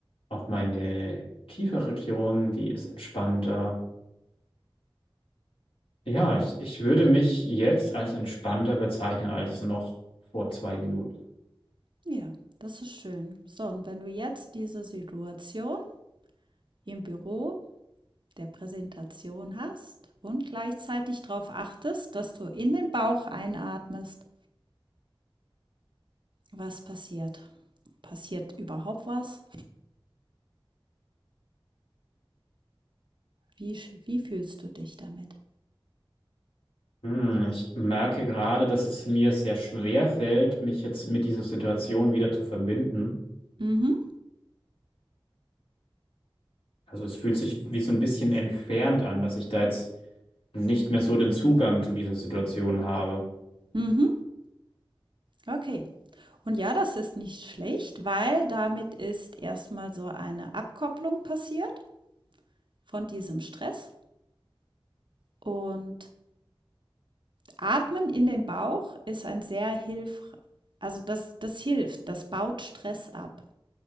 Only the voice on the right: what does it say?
Ja, das ist schön. So, und wenn du jetzt diese Situation im Büro der Präsentation hast und gleichzeitig darauf achtest, dass du in den Bauch einatmest, was passiert? Passiert überhaupt was? Wie, wie fühlst du dich damit?
Mhm,
mhm. Okay, Und ja, das ist nicht schlecht, weil damit ist erstmal so eine Abkopplung passiert von diesem Stress. Und Atmen in den Bauch ist ein sehr hilf, also das, das hilft, das baut Stress ab.